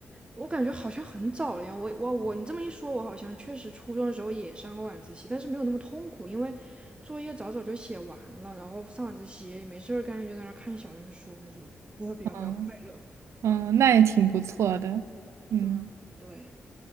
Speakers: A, on the right; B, on the right.
A: 我感觉好像很早了呀。我我我，你这么一说，我好像确实初中的时候也上过晚自习，但是没有那么痛苦，因为作业早早就写完了，然后上晚自习没事儿干就在那儿看小人书什么，我会比较比较快乐。
B: 嗯。嗯，那也挺不错的。嗯，
A: 嗯，对，